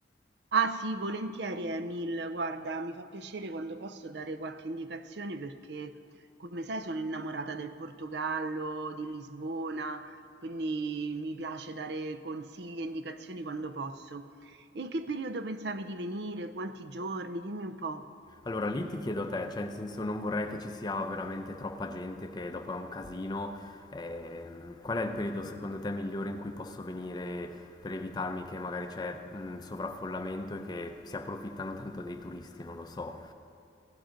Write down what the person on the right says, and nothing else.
Ah sì, volentieri Emil, guarda, mi fa piacere quando posso dare qualche indicazione perché, come sai, sono innamorata del Portogallo, di Lisbona, quindi mi piace dare consigli e indicazioni quando posso. E in che periodo pensavi di venire? Quanti giorni? Dimmi un po'.